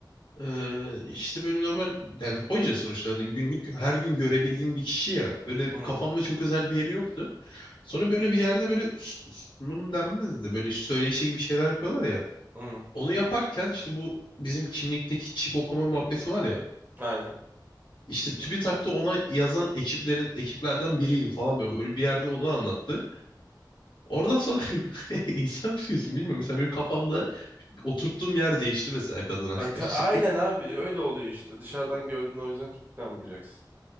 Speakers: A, on the left (about 80°); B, on the right (about 25°).
A: E, işte böyle normal yani hoca sonuçta hani günlük her gün görebildiğim bir kişi ya. Böyle
B: Hı hı.
A: kafamda çok özel bir yeri yoktu. Sonra böyle bir yerde böyle s- sunum denmez de böyle işte söyleşi gibi şeyler yapıyorlar ya.
B: Hı hı.
A: Onu yaparken işte bu bizim kimlikteki çip okuma muhabbeti var ya.
B: Aynen.
A: İşte TÜBİTAK'ta ona yazan ekiplerin ekiplerden biriyim falan böyle öyle bir yerde onu anlattı. Oradan sonra <laughs> insan psikolojisi bilmiyorum. Mesela benim kafamda oturttuğum yer değişti mesela kadına
B: E,
A: karşı.
B: ta- aynen
A: <laughs>
B: abi öyle oluyor işte. Dışarıdan gördüğün o yüzden çok inanmayacaksın.